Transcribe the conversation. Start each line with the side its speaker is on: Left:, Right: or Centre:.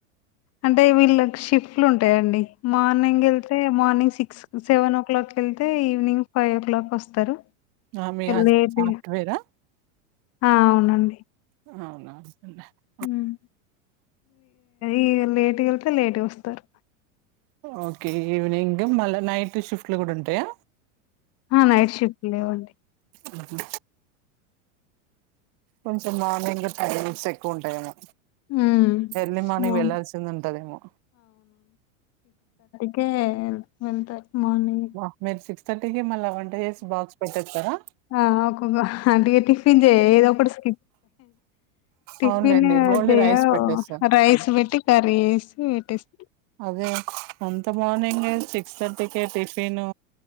Left: అంటే వీళ్ళ షిఫ్ట్లు ఉంటయండి మార్నింగ్ వెళ్తే morning six seven o'clock కేళ్తే ఈవినింగ్ ఫైవ్ ఓ క్లాక్ వస్తరు
Right: ఆ మీ హస్బెండ్
Left: లేట్
Right: సాఫ్ట్వేరా
Left: ఆ అవునండి
Right: అవున అమ్మ
Left: ఉమ్ ఈ లేట్క వెళ్తే లేట్ వస్తరు
Right: ఓకే ఈవినింగ్ మళ్ళా నైట్ షిఫ్ట్లు కూడ ఉంటయా
Left: ఆ నైట్ షిఫట్లేవండి
Right: ఉహు కొంచెం మార్నింగ్ టైమింగ్స్ ఎక్కుఉంటఏమో
Left: ఉమ్
Right: ఎర్లీ మార్నింగ్ వెళ్లాల్సింది ఉంటదేమో
Left: కే ఎంత మార్నింగ్
Right: ఆ మీరు సిక్స్ థర్టీకి మళ్ళా వంట చేస్ బాక్స్ పెట్టేస్తరా
Left: ఆ ఒక్కగో అంటే టిఫిన్ చేయ ఏద ఒకటి స్కిప్ టిఫిన్
Right: అవునులేండి ఓన్లీ
Left: చెయ
Right: రైస్ పెట్టేస్తా
Left: రైస్ పెట్టి కర్రీ వేసి పెట్టేస్
Right: అదే అంత మార్నింగే తర్టికి టిఫిన్